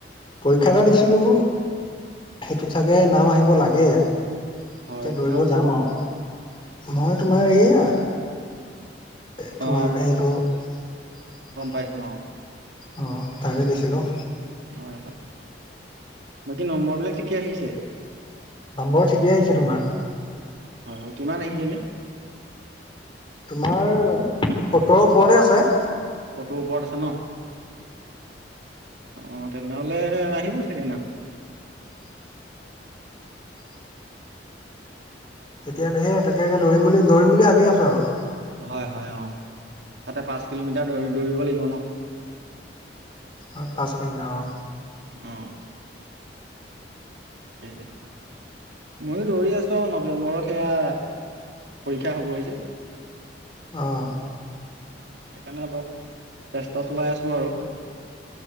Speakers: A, on the left; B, on the right.
A: পৰীক্ষা এটা দিছিলোঁ সেইটোত চাগে নাম আহিব লাগে। এতিয়া
B: হয়
A: দৌৰিব
B: কিহৰ দিছিলে
A: যাম আৰু। মই তোমাৰ এইয়া এ তোমাৰ
B: অ
A: <unintelligible>
B: গম পাইছো অ
A: অ', তাৰে দিছিলোঁ।
B: হয় হয় বাকী নম্বৰবিলাক ঠিকে আহিছে?
A: নম্বৰ ঠিকেই আহিছে তোমাৰ।
B: হয়, হয়, কিমান আহিছে এনে?
A: তোমাৰ সত্তৰৰ ওপৰতে আছে।
B: ফটো ওপৰত আছে ন অ তেনেহ'লে আহিব চাগে নাম
A: <unintelligible> তেতিয়া নেহে তাকে একে দৌৰিম বুলি দৌৰিম বুলি ভাবি আছো আৰু
B: হয় হয় অ তাতে পাঁচ কিলোমিটাৰ দৌ দৌৰিব লাগিব ন
A: হয় পাঁচ কিলোমিটাৰ অ
B: আহঁ <unintelligible> ময়ো দৌৰি আছো অ নৱেম্বৰত সেয়া পৰীক্ষা হ'বহ যে
A: আহ
B: সেইকাৰণে অলপ চেষ্টা চলাই আছোঁ আৰু